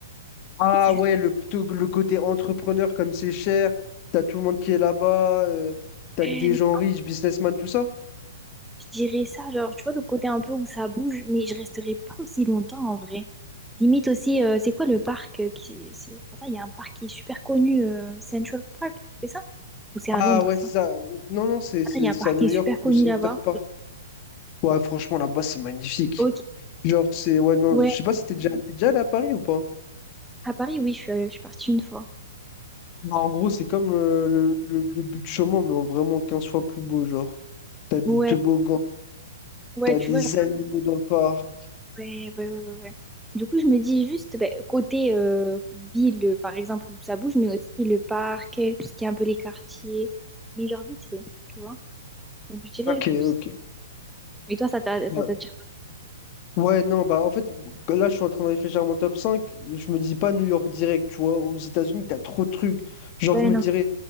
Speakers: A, on the left; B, in the centre.
A: Ah
B: fait, c'est juste
A: ouais,
B: pour...
A: le, plutôt le côté entrepreneur, comme c'est cher, t'as tout le monde qui est là-bas, euh, t'as
B: Ouais,
A: que des
B: mais
A: gens riches, businessmen, tout ça.
B: Je dirais ça, genre, tu vois, le côté un peu où ça bouge, mais je resterai pas aussi longtemps en vrai. Limite aussi, euh, c'est quoi le parc euh, qui... c'est- Attends, il y a un parc qui est super connu, euh, Central Park, c'est ça? Ou c'est à
A: Ah
B: Londres,
A: ouais,
B: ça?
A: c'est ça. Non, non, c'est c'est-
B: Attends, il y a
A: c'est
B: un parc
A: à New
B: qui est
A: York,
B: super connu
A: le Center
B: là-bas.
A: Park. Ouais, franchement, là-bas, c'est magnifique.
B: Ok,
A: Genre, c'est. Ouais, non,
B: ouais,
A: je sais pas si t'es déjà, t'es déjà allé à Paris ou pas.
B: à Paris, oui, je suis, euh, je suis partie une fois.
A: Non, en gros, c'est comme euh, le, le, le but de Chaumont, mais en vraiment 15 fois plus beau, genre. T'as des
B: Ouais.
A: toboggans,
B: Ouais,
A: t'as
B: tu
A: des
B: vois, genre,
A: animaux dans le parc.
B: ouais, ouais, ouais, ouais, ouais. Du coup, je me dis juste, ben, côté euh, ville, euh, par exemple, où ça bouge, mais aussi le parc, euh, tout ce qui est un peu les quartiers, mais genre vite fait, tu vois. Donc, je dirais
A: Ok,
B: pour
A: ok.
B: ça. Mais toi, ça t'a-
A: Bah,
B: ça t'attire
A: Ouais, non, bah en fait, là, je suis en train de réfléchir à mon top cinq Je me dis pas New York direct, tu vois. Aux États-Unis, t'as trop de trucs. Genre,
B: pas?
A: je
B: Ouais,
A: me
B: non.
A: dirais,